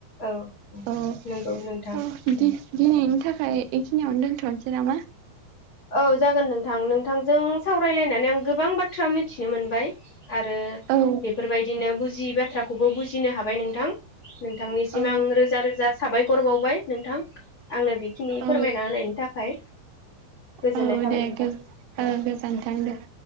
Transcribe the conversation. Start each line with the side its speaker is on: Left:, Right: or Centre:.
Left: औ
Right: औ ओ
Left: नंगौ नोंथां उम
Right: <inaudible> दिनैनि थाखाय इखिनि आवनो दोनथ'नोसै नामा?
Left: औ जागोन नोंथां नोंथांजों सावरायलायनानै आं गोबां बाथ्रा मिथिनो मोनबाय। आरो
Right: औ
Left: बेफोरबायदिनो बुजियै बा थ्राखौबो बुजिनो हाबाय नोंथां। नोंथांनिसिम
Right: औ
Left: आं रोजा रोजा साबाय खर बावबाय नोंथां। आंनो बेखिनि
Right: औ
Left: फोरमायना होनायनि थाखाय <inaudible> गोजोननाय
Right: औ
Left: थाबाय
Right: दे
Left: नोंथां
Right: गो
Left: औ
Right: ओ
Left: औ
Right: गोजोन्थों दे।